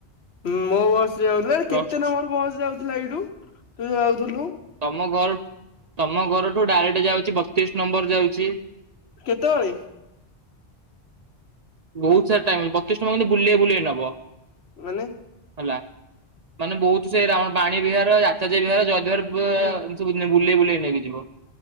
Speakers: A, on the left; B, on the right.
A: ହୁଁ ମୋ ବସ୍ ରେ ଯାଉଥିଲା ଆରେ
B: ପ୍ଲସ
A: କେତେ ନମ୍ବର ବସ୍ ଯାଉଥିଲା ଏଇଠୁ ତୁ ଯାଉଥୁଲୁ।
B: ତମ ଘର ତମ ଘରଠୁ ଡାଇରେକ୍ଟ ଯାଉଚି ବତିଶ ନମ୍ବର ଯାଉଚି।
A: କେତେବୋଳେ?
B: ବୋହୁତ ସାରା ଟାଇମ୍ ବତିଶ ଟଙ୍କା କିନ୍ତୁ ବୁଲେଇ ବୁଲେଇ ନବ।
A: ମାନେ
B: ହେଲା ମାନେ ବୋହୁତ ସେ ରାଉଣ୍ଡ ବାଣୀ ବିହାର, ଆଚାଯ୍ୟ ବିହାର ଜୟଦେବ ବିହାର
A: ହେ ହେ
B: ସବୁ ବୁଲେଇ ବୁଲେଇ ନେଇକି ଯିବ